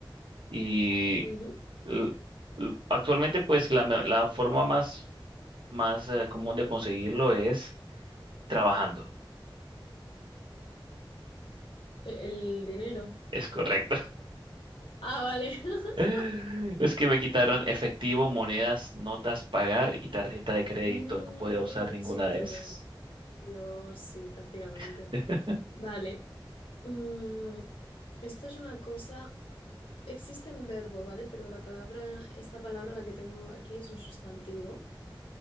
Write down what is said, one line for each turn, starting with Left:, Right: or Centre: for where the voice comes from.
Right: y
Left: Ujú.
Right: l- l- actualmente pues la, me- la forma más, más eh, común de conseguirlo es trabajando.
Left: E- El dinero.
Right: Es correcto.
Left: Ah, vale. <laughs>
Right: <laughs> Es que me quitaron efectivo, monedas, notas, pagar y tarjeta de crédito.
Left: Mm,
Right: No podía usar ninguna
Left: sí,
Right: de
Left: todo.
Right: esas.
Left: Dios, sí, prácticamente.
Right: <laughs>
Left: Vale. Mm, esto es una cosa. Existe en verbo, ¿vale? Pero la palabra, esta palabra la que tengo aquí es un sustantivo.